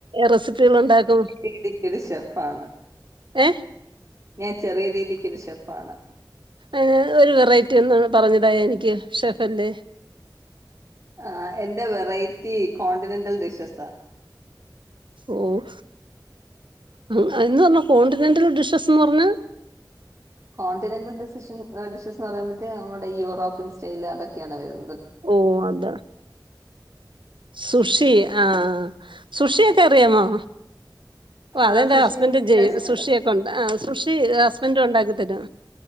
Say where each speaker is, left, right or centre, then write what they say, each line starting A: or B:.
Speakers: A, on the right; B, on the right.
A: റെസിപ്പികളുണ്ടാക്കും.?
B: പിടി കൊരു ഷെഫാണ്.
A: ഏഹ്
B: ഞാൻ ചെറിയ രീതിക്ക്ള്ള ഷെഫാണ്
A: ഏഹ് ഒരു വെറൈറ്റി ഒന്നു പറഞ്ഞു താ എനിക്ക് ഷെഫല്ലേ
B: ആഹ് എന്റെ വെറൈറ്റി കോണ്ടിനെന്റൽ ഡിഷസാ.
A: ഓഹ് ന്ന് അന്ന് പറഞ്ഞ കോണ്ടിനെന്റൽ ഡിഷസന്ന് പറഞ്ഞ?
B: കോണ്ടിനെന്റൽ ഡിഷസൻ ആ ഡിഷസ് എന്ന് പറയുമ്പത്തേക്ക് നമ്മുടെ യൂറോപ്യൻ സ്റ്റൈല് അതൊക്കേണ് വരുന്ന്.
A: ഓഹ് അതാ സുഷി ആഹ് സുഷിയൊക്കറിയാമോ? ഓഹ് അതെന്റെ
B: ആഹ് സുഷി
A: ഹസ്ബൻ്റ് ജയ്
B: കഴിച്ചിട്ടുണ്ട്
A: സുഷിയൊക്കുണ്ടാ ആഹ് സുഷി ഹസ്ബൻ്റുണ്ടാ തിട്ടിട്ടാ